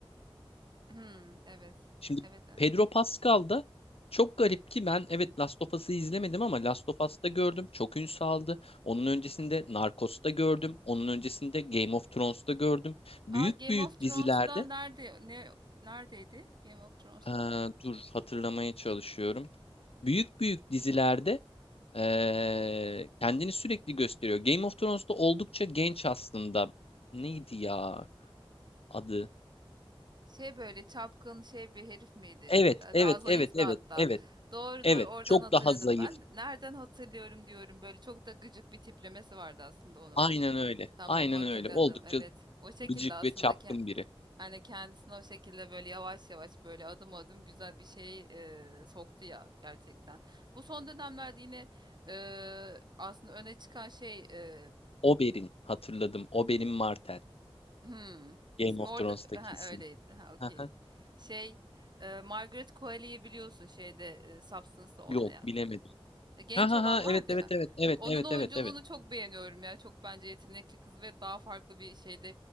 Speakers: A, on the right; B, on the left.
A: Hmm, evet.
B: Şimdi
A: Evet. e.
B: Pedro Pascal da çok garip ki ben evet Last of Us'ı izlemedim ama Last of Us'ta gördüm. Çok ün saldı. Onun öncesinde Narcos'ta gördüm. Onun öncesinde Game of Thrones'ta gördüm. Büyük
A: Aa Game
B: büyük
A: of Thrones'ta
B: dizilerde
A: nerede ne neredeydi Game of Thrones'ta?
B: Ee, dur hatırlamaya çalışıyorum. Büyük büyük dizilerde ee, kendini sürekli gösteriyor. Game of Thrones'ta oldukça genç aslında. Neydi ya adı?
A: Şey böyle çapkın şey bir herif miydi?
B: Evet,
A: Da-
B: evet,
A: Daha zayıf
B: evet, evet,
A: da hatta.
B: evet,
A: Doğru
B: evet.
A: doğru oradan
B: Çok
A: hatırladım.
B: daha zayıf.
A: Ben nereden hatırlıyorum diyorum. Böyle çok da gıcık bir tiplemesi vardı aslında onun.
B: Aynen öyle.
A: Tamam
B: Aynen
A: hatırladım.
B: öyle. Oldukça
A: Evet. O şekilde
B: gıcık
A: aslında.
B: ve çapkın biri.
A: Hani kendisine o şekilde böyle yavaş yavaş böyle adım adım güzel bir şey e, soktu ya gerçekten. Bu son dönemlerde yine e, aslında öne çıkan şey e,
B: Oberyn hatırladım. Oberyn Martell.
A: hmm,
B: Game
A: ismi
B: of
A: orada
B: Thrones'taki
A: ha,
B: isim.
A: öyleydi. Ha okey.
B: Aha,
A: Şey e, Margaret Qualley'i biliyorsun şeyde e, Substance'da oynayan.
B: Yok bilemedim.
A: E, genç
B: Ha ha
A: olan
B: ha
A: vardı
B: evet evet
A: ya.
B: evet evet
A: Onun
B: evet
A: oyunculuğunu
B: evet evet.
A: çok beğeniyorum ya. Çok bence yetenekli kız ve daha farklı bir şeyde